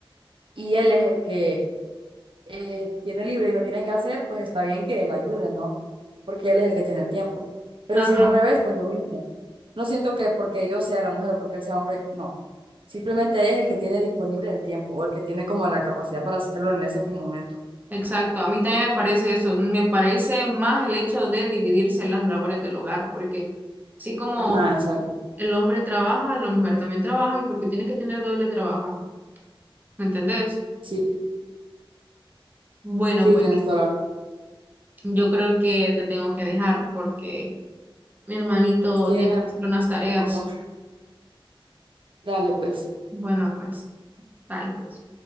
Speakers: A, on the right; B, on the right.
A: y él es el que eh, tiene libre y no tiene que hacer, pues está bien que él ayude, ¿no? Porque él es el que tiene el tiempo. Pero
B: Ajá,
A: si es al revés, pues lo mismo. No siento que porque yo sea la mujer o porque él sea hombre, no. Simplemente es el que tiene disponible el tiempo o el que tiene como la capacidad para hacerlo en ese momento.
B: exacto. A mí también me parece eso. Me parece más el hecho de dividirse las labores del hogar, porque así como
A: Ajá, exacto.
B: el hombre trabaja, la mujer también trabaja y porque tiene que tener doble trabajo, ¿me entendés?
A: Sí,
B: Bueno,
A: sí,
B: pues
A: tienes toda la razón.
B: yo creo que te tengo que dejar porque mi hermanito
A: Sí,
B: tiene
A: no,
B: que hacer unas tareas.
A: tampoco. Dale, pues.
B: Bueno, pues, bye, pues.